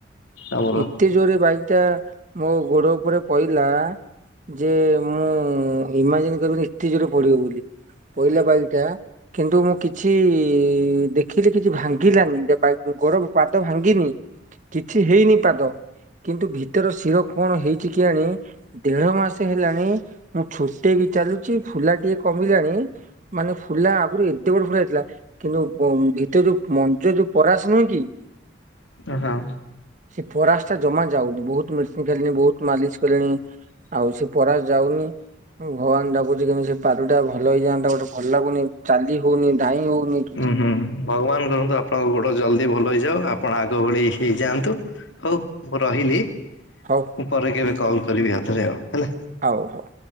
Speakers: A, on the left; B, on the right.
A: ଆମର
B: ଏତେ ଜୋରରେ ବାଇକ୍ ଟା ମୋ ଗୋଡ ଉପରେ ପଇ ଲା ଯେ ମୁଁ ଇମାଜିନ୍ କରିପାରିନି ଏତେ ଜୋର ପଡିବ ବୋଲି। ପଇଲା ବାଇକ ଟା କିନ୍ତୁ ମୁଁ କି ଛି ଦେଖିଲି କିଛି ଭାଙ୍ଗିଲାନି ଦେ ପା ଗୋଡ ପାଦ ଭାଙ୍ଗିନି କିଛି ହେଇନି ପାଦ କିନ୍ତୁ ଭିତର ଶିର କଣ ହେଇଛି କେଜାଣି ଦେଢ ମାସେ ହେଲାଣି ମୁଁ ଛୋଟେଇ କି ଚାଲୁଛି ଫୁଲା ଟିକେ କମିଲାଣି ମାନେ ଫୁଲା ଆଗରୁ ଏତେ ବଡ ଫୁଲା ହେଇଥିଲା କିନ୍ତୁ ଉଁ ଭିତରୁ ଯୋଉ ମଞ୍ଚ ଯୋଉ ପରାସ ନୁହେଁ କି।
A: ଓ ହଁ।
B: ସେ ପରାସ ଟା ଜମା ଯାଉନି ବହୁତ ମେଡ଼ <unintelligible> ବହୁତ ମାଲିସ କଲିଣି ଆଉ ସେ ପରାସ ଯାଉନି। ଭଗବାନ କୁ ଡାକୁଛି କେମିତି ସେ ପାଦ ଟା ଭଲ ହେଇଯାଆନ୍ତା ଗୋଟେ ଭଲ ଲାଗୁନି ଚାଲି ହୋଉନି ଧାଇଁ ହୋଉନି।
A: ହୁଁ ହୁଁ ହୁ ଭଗବାନ କରନ୍ତୁ ଆପଣଙ୍କ ଗୋଟେ ଜଲଦି ଭଲ ହେଇଯାଉ, ଆପଣ ଆଗ ଭଳି ହେଇଯାଆନ୍ତୁ, ହଉ ମୁଁ ରହିଲି।
B: ହଉ।
A: ମୁଁ ପରେ କେବେ କଲ୍ କରିବି ଆଉ ଥରେ ହେଲା।
B: ହଉ ହଉ।